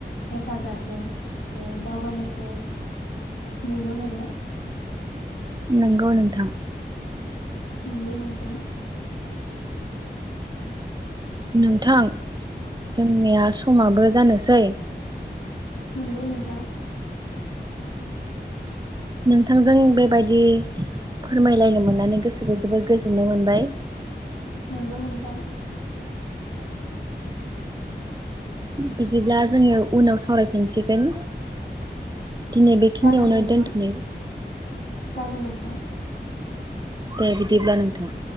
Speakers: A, on the left (about 80°); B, on the right (about 25°).
A: हेफाजाबजों उम दावबायनायखौ नुनो मोनो।
B: नंगौ नोंथां।
A: नंगौ नोंथां।
B: नोंथां? जोंनिया समाबो जानोसै
A: नंगौ नोंथां।
B: नोंथांजों बेबायदि फोरमायलायनो मोननानै गोसोखौ जोबोर गोजोननाय मोनबाय।
A: नंगौ नोथां।
B: बिदिब्ला जोङो उनाव सावरायफिनसिगोन। दिनै बेखिनियावनो
A: जागोन नोंथां
B: दोनथ'नो।
A: जागोन नोंथां।
B: दे बिदिब्ला नोंथां।